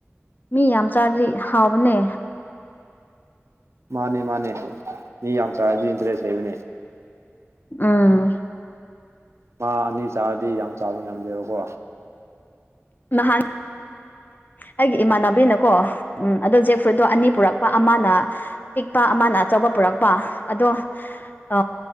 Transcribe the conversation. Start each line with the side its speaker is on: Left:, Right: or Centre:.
Left: ꯃꯤ ꯌꯥꯝ ꯆꯥꯔꯘꯤ ꯍꯥꯎꯕꯅꯦ
Right: ꯃꯥꯅꯦ ꯃꯥꯅꯦ ꯃꯤ ꯌꯥꯝ ꯆꯔꯥꯗꯤ ꯏꯟꯇꯔꯦꯁ ꯂꯩꯕꯅꯦ
Left: ꯎꯝ
Right: ꯃꯥ ꯑꯅꯤ ꯆꯥꯔꯗꯤ ꯌꯥꯝ ꯆꯥꯕ ꯉꯝꯗꯦꯕꯀꯣ
Left: <unintelligible> ꯑꯩꯒꯤ ꯏꯃꯥꯟꯅꯕꯤꯅꯀꯣ ꯎꯝ ꯑꯗꯣ ꯖꯦꯛ ꯐ꯭ꯔꯨꯏꯠꯇꯣ ꯑꯅꯤ ꯄꯨꯔꯛꯄ ꯑꯃꯅ ꯄꯤꯛꯄ ꯑꯃꯅ ꯑꯆꯧꯕ ꯄꯨꯔꯛꯄ ꯑꯗꯣ ꯑ